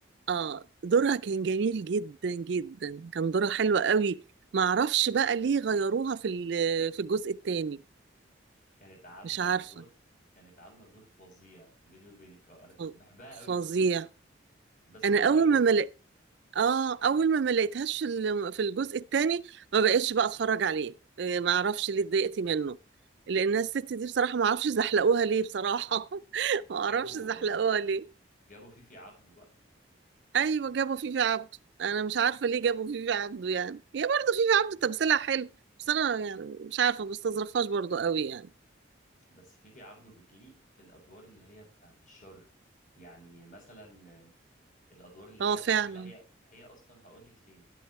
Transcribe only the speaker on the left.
كانت عاملة
دور كانت عاملة دور فظيع بيني وبينك اه انا كنت
بحبها قوي
في الدور ده بس
هما غيروها
جابوا
جابوا فيفي عبده بقى
بس فيفي عبده بتليق في الادوار اللي هي بتاعت الشر يعني مثلا الادوار اللي هي
بتعملها هي هي اصلا هقول لك ليه